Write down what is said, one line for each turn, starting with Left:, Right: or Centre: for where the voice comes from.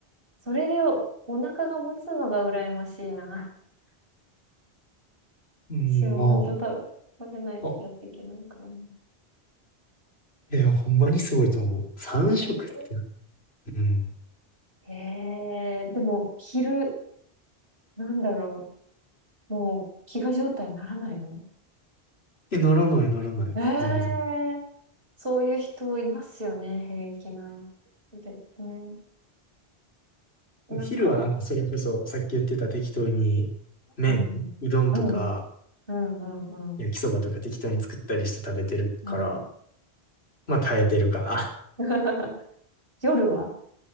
Right: それでお腹が持つのが羨ましいな。<laughs>
Left: うん、
Right: しはん当食
Left: ま
Right: べ、食べないとやっていけないから
Left: あ、あ、いや、ほんまにすごいと思う。3食って。
Right: いやいや
Left: うん。
Right: ええーでも、昼、なんだろう。もう、飢餓状態にならないの
Left: え、ならないならない。
Right: ええ
Left: 全然。
Right: ーそういう人いますよね、平気な。で、ね、なんか、
Left: 昼はなんかそれこそ、さっき言ってた適当に、麺、
Right: うんうん、
Left: うどんとか、
Right: うん、うん、うん、うん。
Left: 焼きそばとか適当に作ったりして食べてるから、
Right: うん
Left: まあ耐えてるかな。
Right: <laughs> 夜は